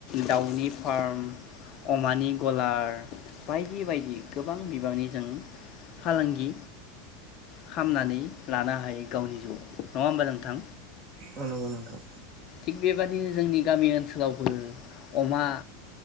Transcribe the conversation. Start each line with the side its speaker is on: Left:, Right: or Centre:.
Left: दाउनि फार्म, अमानि गलार बायदि बायदि गोबां बिबांनि जों फालांगि खामनानै लानो हायो गावनि जिउआव। नङा होमबा नोंथां?
Right: औ नोंगौ नोंथां
Left: थिग बेबादिनो जोंनि गामि ओनसोलावबो अमा